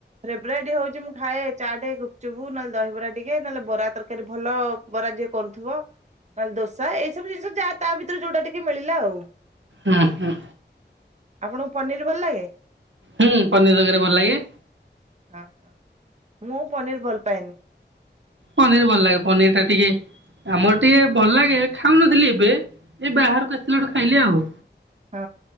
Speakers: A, on the right; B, on the right.
A: ଫେବ୍ରାଇଟ୍ ହଉଛି ମୁଁ ଖାଏ ଚାଟେ, ଗୁପଚୁପୁ ନହଲେ ଦହିବରା ଟିକେ ନହେଲେ ବରା ତର ତିଆରି ଭଲ ବରା ଯିଏ କରୁଥିବ। ନହେଲେ ଦୋସା ଏଇ ସବୁ ଜିନିଷ ଯାହା ତା ଭିତରେ ଯୋଉଟା ଟିକେ ମିଳିଲା ଆଉ
B: ହୁଁ, ହୁଁ।
A: ଆପଣଙ୍କୁ ପନିର୍ ଭଲ ଲାଗେ?
B: ହୁଁ, ପନିର ତରକାରୀ ଭଲ ଲାଗେ।
A: ହଁ, ମୁଁ ପନିର ଭଲ ପାଏନି।
B: ପନିର ଭଲ ଲାଗେ। ପନିର ଟା ଟିକେ ଆମର ଟିକେ ଭଲ ଲାଗେ ଖାଉନଥିଲି ଏବେ ଏ ବାହାରକୁ ଆସିଲା ଠୁ ଖାଇଲି ଆଉ।
A: ହଁ,